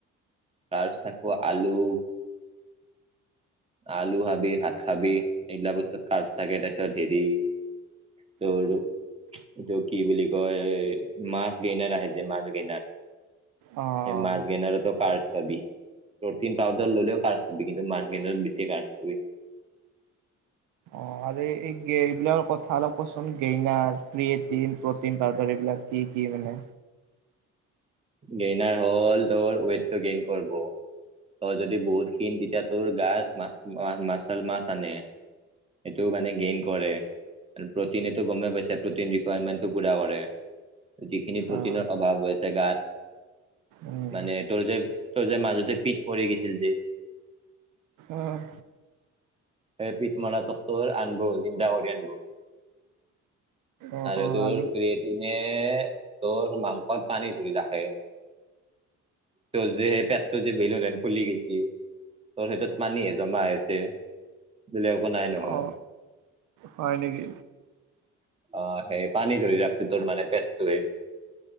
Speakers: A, on the right; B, on the right.
A: তাৰপিছত থাকো আলু আলু খাবি ভাত খাবি এইগিলা বস্তু খাৰ থাকে তাৰপিছত হেৰি ত
B: <inaudible>
A: এইটো কি বুলি কয় মাছ গেইদাৰ আহে যে মাছ গেইনাৰ
B: অ',
A: এই মাছ
B: অ'।
A: গেনাৰোটো কাৰ পাবি প্ৰটিন পাউডাৰ ললেও কাবছ পাববি কিন্তু মাছ গ <unintelligible>
B: অ আৰু এই এইবিলৰ কথা অলপ কচোন গেইনাৰ ক্ৰেট প্ৰ পাউাৰ এইবিলাক কি? মানে
A: গেইনাৰ হ'ল ধৰ ৱেইটটো গেইন কৰব তই যদি বহুত ক্ষীণ তেতিয়া তোৰ গাত মাচুল মাছ আনে <unintelligible> সেইটো মানে গেইন কৰে প্ৰটিনেতো গমেই পাইছোই প্ৰটিন ৰিকায়াৰমেণ্টটো পূৰা কৰে <unintelligible> যিখিনি প্ৰটিনৰ
B: অ
A: অভাৱ আছে গাত
B: উম
A: মানে তোৰ যে তোৰ যে মাজতে পিঠ মৰি গৈছিল যে
B: আহ
A: পিট মৰা তক্বৰ আনিব জিন্দা কৰি আনিব <unintelligible>
B: অ
A: তাৰ
B: অ
A: ত
B: আৰু
A: প্ৰতি এ তোৰ মাংসত পানী ধৰি থাকে ত যে সেই পেটটো যে ভিলো ন খুলি গৈচি তোৰ সেইটোত পানীহে জমা আছে <unintelligible> বলে একো নাই নহয়।
B: অ হয় নেকি
A: অ সেই পানী ধৰি ৰাখছে তোৰ মানে পেটটো